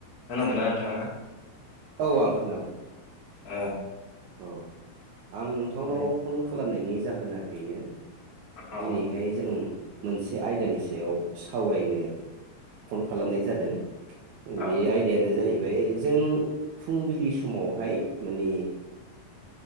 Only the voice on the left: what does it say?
खोनादोंना नोंथाङा?
ओ
औ
औ
औ